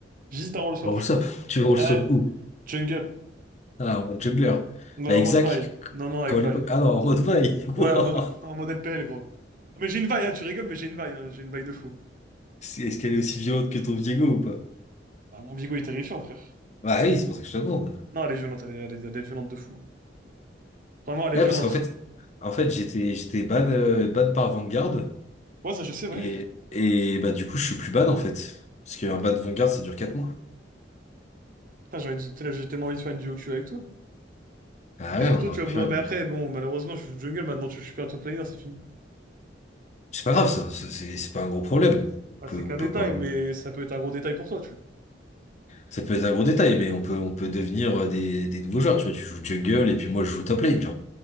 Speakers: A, on the right; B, on the left.
A: J'hésite à roll swap.
B: Roll
A: tu
B: swap, tu veux roll
A: Ouais,
B: swap où
A: jungle.
B: Ah, en mode jongleur.
A: Ouais,
B: Avec
A: en mode
B: Zach,
A: Vi. Non, non, avec
B: quand
A: Vi.
B: à l'époque. Ah non, en mode vaille. <laughs>
A: Ouais,
B: Wouah.
A: en mode, en mode LPL, gros. Mais j'ai une vaille, hein, tu rigoles, mais j'ai une vaille, hein, j'ai une vaille de fou.
B: C'est- Est-ce qu'elle est aussi violente que ton Diego ou pas?
A: Bah, mon bigot est terrifiant, frère.
B: Bah oui, c'est pour ça que je te demande.
A: Non, elle est violente, elle est, elle est- elle est violente de fou. Vraiment, elle
B: Ouais,
A: est violente.
B: parce qu'en fait, en fait, j'étais j'étais ban, euh, ban par Vanguard.
A: Ouais, ça, je sais, ouais.
B: Et, et bah du coup, je suis plus ban en fait. Parce qu'un ban Vanguard, ça dure 4 mois.
A: Putain, j'ai envie de- j'ai tellement envie de faire une duo queue avec toi.
B: Ah
A: Est-ce
B: ouais,
A: que
B: on
A: toi,
B: aurait
A: tu vas
B: pu
A: vouloir...
B: faire une...
A: Mais après, bon, malheureusement, je jungle, maintenant, tu- je suis plus un top laner, c'est fini.
B: C'est pas grave ça, ça, c'est c'est pas un gros problème. On
A: Ah,
B: peut,
A: c'est qu'un
B: on peut
A: détail,
B: quand même...
A: mais ça peut être un gros détail pour toi, tu
B: Ça peut être un gros détail, mais on peut, on peut devenir euh, des, des nouveaux joueurs. Tu vois, tu joues jungle et puis moi je joue top lane, genre.